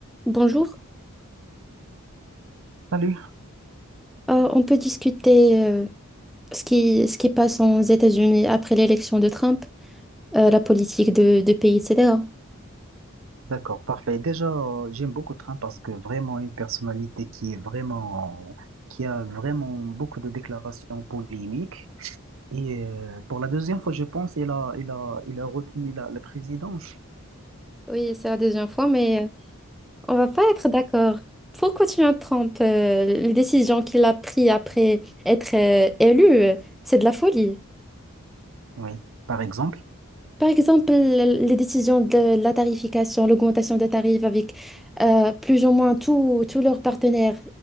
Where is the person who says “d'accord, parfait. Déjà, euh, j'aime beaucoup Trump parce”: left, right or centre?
Right